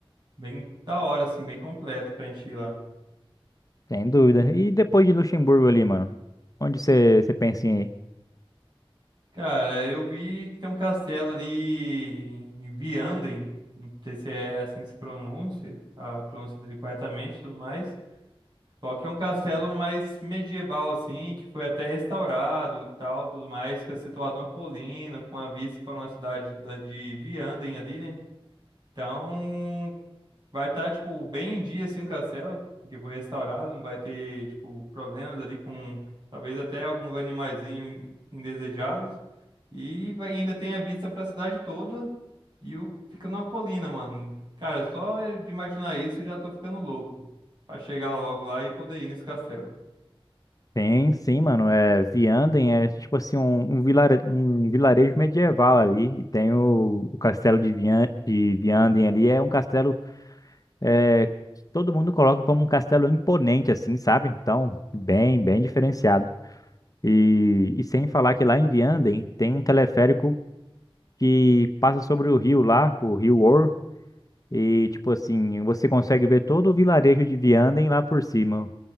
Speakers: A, on the right; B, on the left.
A: bem da hora, assim, bem completo pra gente ir lá.
B: Sem dúvida. E depois de Luxemburgo ali, mano, onde você você pensa em... ir?
A: Cara, eu vi que tem um castelo ali em Vianden, não sei se é assim que se pronuncia, a pronúncia dele corretamente e tudo mais. Só que é um castelo mais medieval, assim, que foi até restaurado e tal, tudo mais, que é situado numa colina, com uma vista para uma cidade da- de Vianden ali, né? Então, Vai estar, tipo, bem em dia, assim, o castelo, porque foi restaurado, não vai ter, tipo, problemas ali com, talvez até alguns animaizinhos indesejados. E vai, ainda tem a vista pra cidade toda e o, fica numa colina, mano. Cara, só de imaginar isso eu já tô ficando louco. Pra chegar logo lá e poder ir nesse castelo.
B: Tem, sim, mano, é Vianden, é tipo assim, um, um, vilare- um vilarejo medieval ali, e tem o, o castelo de, Vian, de Vianden ali, é um castelo é, que todo mundo coloca como um castelo imponente, assim, sabe? Então, bem, bem diferenciado. E, e sem falar que lá em Vianden tem um teleférico que passa sobre o rio lá, o rio Or, e tipo assim, você consegue ver todo o vilarejo de Vianden lá por cima.